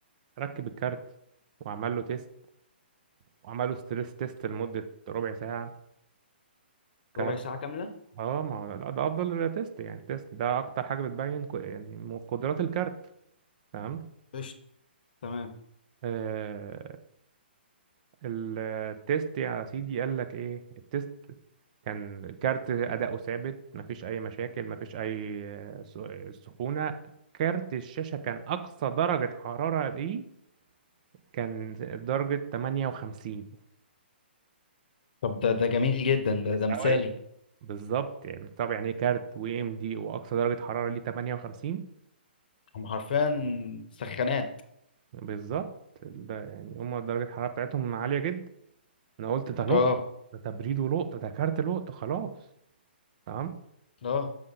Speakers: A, on the right; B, on the left.
A: ركب الكارت وعمل له تيست وعملوا ستريس تيست لمدة ربع ساعة كارت
B: ربع ساعه كامله
A: اه ما لا ده افضل تيست يعني تيست ده اكتر حاجة بتبين ك- يعني م- قدرات الكارت تمام
B: قشطة تمام
A: آه التيست يا سيدي قال لك ايه التيست كان كارت اداؤه ثابت مفيش اي مشاكل مفيش اي آه، س- سخونة كارت الشاشة كان اقصى درجة حرارة ايه كان درجة 58
B: طب ده ده جميل جدا ده
A: مستوعب
B: ده مثالي
A: بالظبط يعني مستوعب يعني ايه كارت و ام دي واقصى درجة حرارة ليه 58
B: هم حرفيا سخانات
A: بالظبط ده يعني هما درجة الحرارة بتاعتهم عالية جدا أنا قلت ده لقطة
B: اه
A: ده تبريد ولقطة ده كارت لقطة خلاص تمام
B: اه